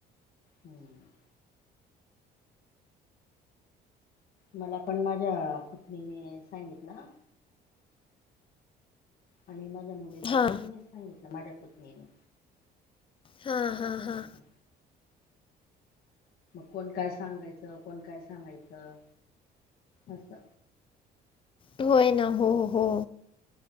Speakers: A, on the left; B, on the left.
A: हम्म. मला पण माझ्या पुतनीने सांगितलं. आणि माझ्या मुलीला
B: हां
A: पण तिनेच सांगितलं. माझ्या पुतनीने.
B: हां हां हां
A: अच्छा. कोण काय सांगायचं, कोण काय सांगायचं असं.
B: होय ना हो हो.